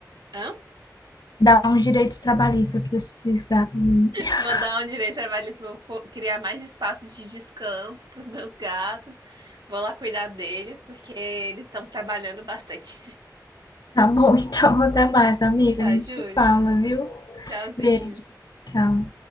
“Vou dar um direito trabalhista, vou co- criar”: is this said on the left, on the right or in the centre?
Right